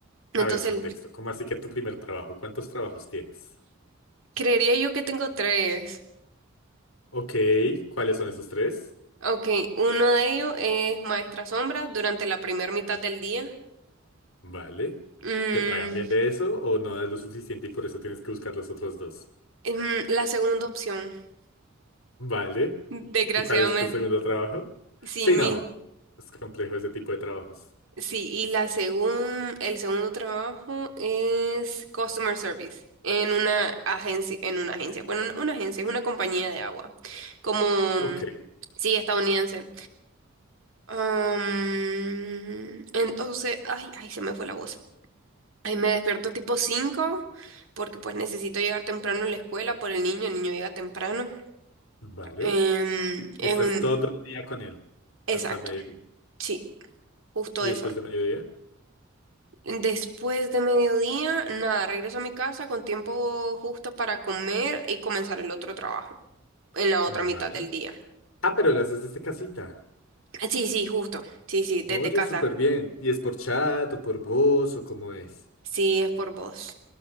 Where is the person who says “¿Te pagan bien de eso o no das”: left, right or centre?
Left